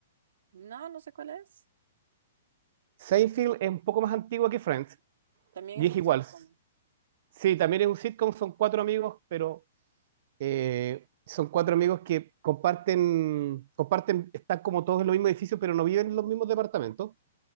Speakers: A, on the right; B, on the right.
A: No, no sé cuál es.
B: Seinfeld es un poco más antigua que Friends
A: También
B: y
A: es
B: es
A: un
B: igual.
A: sitcom.
B: Sí, también es un sitcom, son cuatro amigos, pero eh, son cuatro amigos que comparten, comparten, están como todos en los mismos edificios, pero no viven en los mismos departamentos.